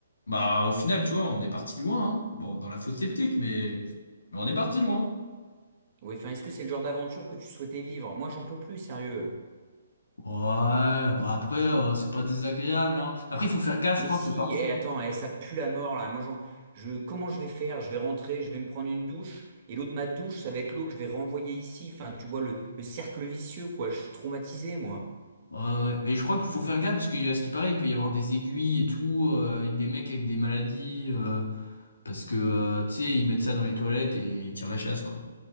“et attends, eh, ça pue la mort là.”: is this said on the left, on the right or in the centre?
Right